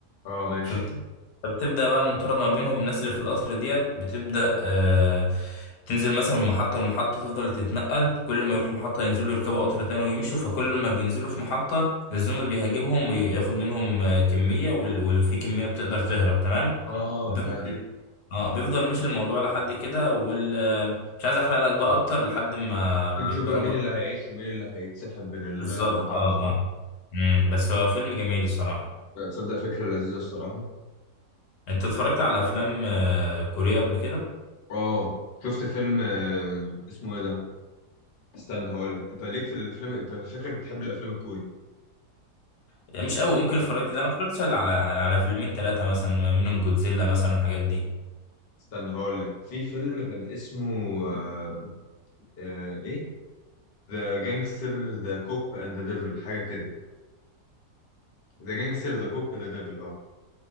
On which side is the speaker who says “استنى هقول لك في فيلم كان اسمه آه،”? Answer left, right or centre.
Left